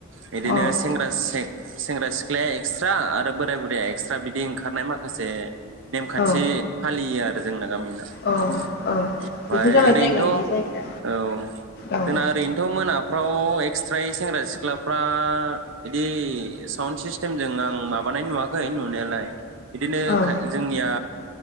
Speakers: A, on the right; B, on the left.
A: बिदिनो
B: औ
A: सेंग्रा सें सेंग्रा सिख्लाया एक्सट्रा आरो बोराय बुरैया एक्सट्रा बिदि ओंखारनाय माखासे नेमखान्थि
B: औ
A: फालियो आरो गोजोंनों गामिना
B: औ औ
A: ओमफ्राय
B: बेफोर जाबाय
A: ओरैनोथ'
B: जायगा लायै जायगा
A: औ
B: औ
A: जोंना ओरैनोथ' मोनाफ्राव <unintelligible> एक्सट्रायै सेंग्रा सिख्ला फ्रा बिदि साउन्ड सिस्टेमजों आं माबानाय नुवाखै नुनायालाय बिदिनो
B: औ
A: खाय जोंनिया